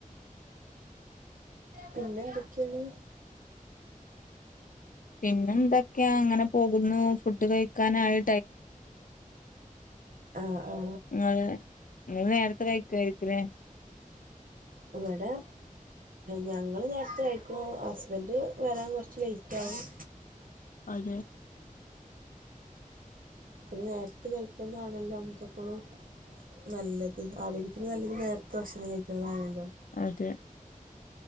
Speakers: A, on the right; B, on the left.
A: പിന്നെ എന്തൊക്കെയാണ്
B: പിന്നെ എന്തൊക്കെയാ അങ്ങനെ പോകുന്നു ഫുഡ് കഴിക്കാനായി
A: ആ ആ
B: അതെ നിങ്ങള് നേരത്തെ കഴിക്കുയിരികുലെ
A: ഇവിടെ ഞങ്ങള്ള് നേരത്തെ കഴിക്കും ഹസ്ബൻഡ് വരാൻ കുറച്ച് ലേറ്റ് ആകും
B: അതെ
A: ഇ നേരത്ത് കഴിക്കുന്നാതന്നല്ലോ നമുക്ക എപ്പോഴും നല്ലത് ആരോഗ്യ ഇന്നല്ലെകിൽ നേരത്ത് ഭക്ഷണം കഴിക്കുന്നതാണല്ലോ
B: അതെ